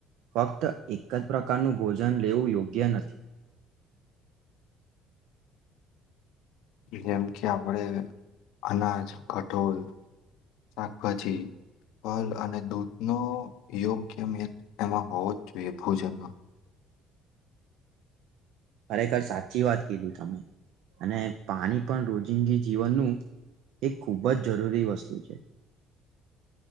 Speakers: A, on the right; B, on the left.
A: ફક્ત એક જ પ્રકારનું ભોજન લેવું યોગ્ય નથી
B: જેમ કે આપડે અનાજ કઠોળ શાકભાજી ફલઅને દૂધનો યોગ્ય મેટ એમાં હોવો જ જોઈએ ભોજનમાં
A: ખરેખર સાચી વાત કીધી તમે અને પાણી પણ રોજિંદી જીવનનું એ ખૂબ જ જરૂરી વસ્તુ છે